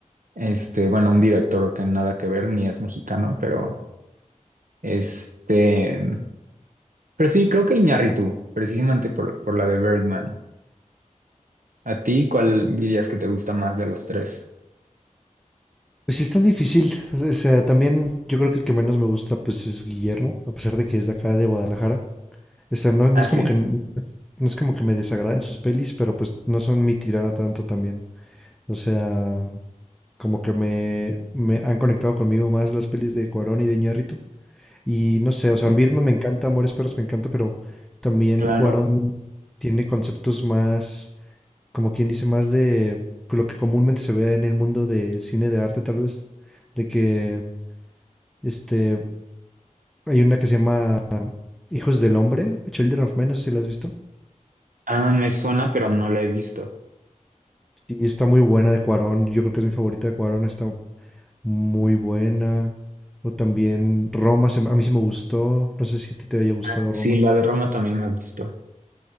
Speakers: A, on the right (about 80°); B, in the centre.
A: Este, bueno, un director que nada que ver, ni es mexicano, pero este, pero sí, creo que Iñárritu, precisamente por, por la de Birdman. ¿A ti cuál dirías que te gusta más de los tres?
B: Pues sí está difícil. O sea, también yo creo que el que menos me gusta pues es Guillermo, a pesar de que es de acá de Guadalajara. O sea, no, no
A: Ah,
B: es
A: sí.
B: como que n- no es como que me desagraden sus pelis, pero pues no son mi tirada tanto también. O sea, como que me, me han conectado conmigo más las pelis de Cuarón y de Iñárritu. Y no sé,
A: Sí,
B: o sea, Birdman me encanta, Amores Perros me encanta, pero también
A: claro.
B: Cuarón tiene conceptos más, como quien dice, más de lo que comúnmente se ve en el mundo del cine de arte, tal vez, de que este hay una que se llama Hijos del Hombre, Children of Men, no sé si la has visto.
A: Ah, me suena, pero no la he visto.
B: Y está muy buena de Cuarón, yo creo que es mi favorita de Cuarón, está muy buena. O también Roma, se me- a mí sí me gustó, no sé si a ti te haya gustado
A: Ah, Sí,
B: Roma.
A: la de Roma también me gustó.